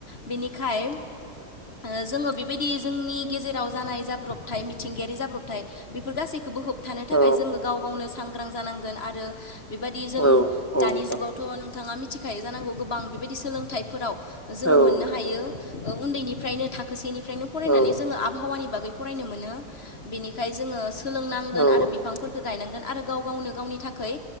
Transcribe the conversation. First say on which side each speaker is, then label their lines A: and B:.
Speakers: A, on the left (about 35°); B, on the left (about 20°).
A: बेनिखाय ओ जोङो बेबायदि जोंनि गेजेराव जानाय जाब्रबथाय मिथिंगायारि जाब्रबथाय बेफोर गासैखौबो होब थानो थाखाय
B: औ
A: जोङो गाव गावनो सांग्रां जानांगोन आरो बेबायदि जों
B: औ औ
A: दानि
B: नोंथां
A: जुगावथ' नोंथाङा मिथिखायो जानांगौ गोबां बेबायदि सोलोंथाइफोराव जोङो
B: औ नोंथां
A: मोननो हायो उन्दैनि फ्रायनो थाखोसेनिफ्रायनो फरायनानै
B: औ
A: जोङो आबहावानि बागै फरायनो मोनो बेनिखाय जोङो सोलोंना नांगोन
B: औ
A: आरो बिफांफोरखौ गायनांगोन आरो गाव गावनो गावनि थाखाय